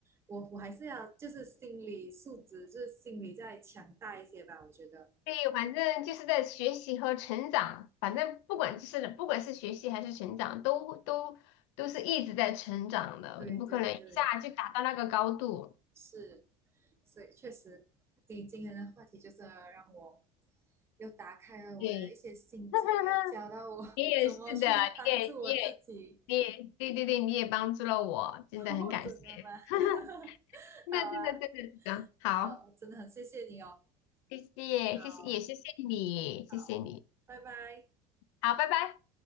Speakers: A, on the right (about 15°); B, on the left (about 80°).
A: 我我还是要就是心理素质，就是心理再强大一些吧，我觉得。
B: 对，反正就是在学习和成长，反正不管就是不管是学习还是成长，都都都是一直在成长的，
A: 对对对，
B: 你不可能一下就达到那个高度。
A: 是，所以确实，你今天的话题就是让我又打开了我的一些心结，
B: 对，<laughs>
A: 也教到我
B: 你也是的，
A: <laughs> 怎么去帮助我自己。
B: 你也你也你也对对对，你也帮助了我，真的很感谢。
A: 哦，真的吗？<laughs>
B: <laughs> 那真的真的真的好，
A: 好啊，好，真的很谢谢你哦。
B: 谢谢谢谢也谢谢你，
A: 好，好，
B: 谢谢你，
A: 拜拜。
B: 好，拜拜。